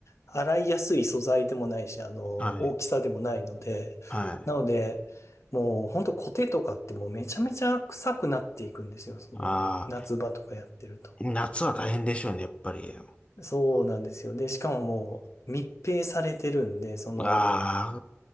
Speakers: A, on the left; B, on the left.
A: 洗いやすい素材でもないし、あの、
B: はい。
A: 大きさでもないので。
B: はい。
A: なので、もう本当コテとかってもうめちゃめちゃ臭くなっていくんですよ。その、
B: あ
A: 夏場とかやってると。
B: あ、夏は大変でしょうね、やっぱり。
A: そうなんですよ。で、しかももう密閉されてるんで、その、
B: あ